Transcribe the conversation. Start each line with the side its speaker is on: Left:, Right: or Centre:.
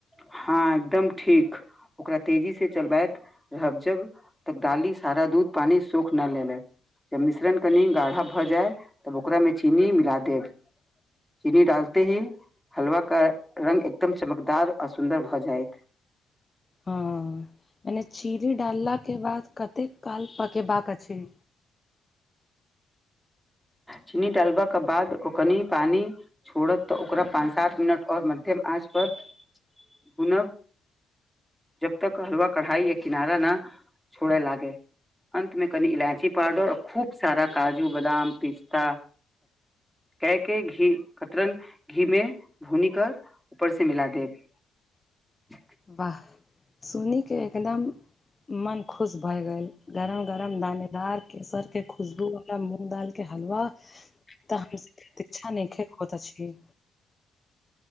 Centre: हाँ एकदम ठीक ओकरा तेजी सँ चलबैत रहब जब तब डाली सारा दूध पानी सूख न ले ले जब मिश्रण कनि गाढ़ा भऽ जाय तब ओकरा में चीनी मिला देब चीनी डालते ही हलवा का रंग एकदम चमकदार आ सुन्दर भऽ जायत <inaudible>
Left: हँ मने चीनी डालला के बाद कते काल पकेबाक अछि
Centre: चीनी डालबा के बाद ओ कनी पानी छोड़त तऽ ओकरा पाँच सात मिनट और मध्यम आंच पर भूनब जब तक हलवा कढ़ाई या किनारा न छोड़े लागे अन्त में कनि इलायची पाउडर आ खूब सारा काजू बदाम पिस्ता कै के घी कतरन घी मे भूनी कर ऊपर से कतरन मिला देब <inaudible>
Left: वाह सुनि के एकदम मन खुश भए गेल गरम गरम दाने दार केसर के खुशबू वाला मूँग दाल के हलवा तऽ हमसे अच्छा नहि होइत अछि